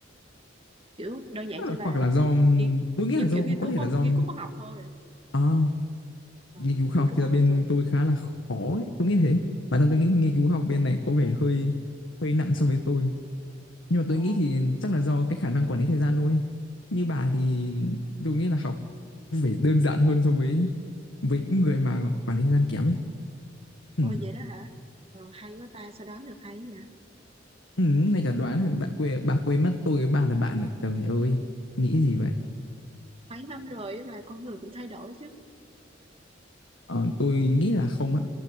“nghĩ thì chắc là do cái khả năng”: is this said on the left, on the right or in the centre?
Left